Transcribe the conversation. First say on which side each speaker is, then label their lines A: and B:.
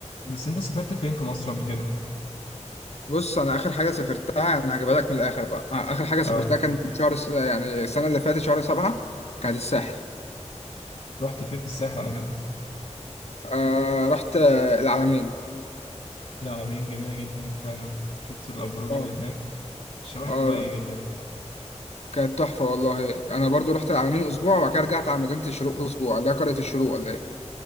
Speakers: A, on the left; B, on the left.
A: بس انت سافرت فين في مصر قبل كده؟
B: بص انا اخر حاجه سافرتها يعني هجيبها لك من الاخر بقى آه، اخر حاجه سافرتها
A: اه
B: كان شهر س... يعني السنه اللي فاتت شهر سبعة كانت الساحل
A: رحت فين في الساحل على كده؟
B: آه رحت آه، العلمين
A: العلمين جميلة جدا فعلا شفت الأبراج
B: اه
A: اللي هناك شبه
B: اه
A: دبي جدا
B: كانت تحفه والله انا برضو رحت العلمين اسبوع وبعد كده رجعت على مدينه الشروق اسبوع اللي هي قريه الشروق ولا ايه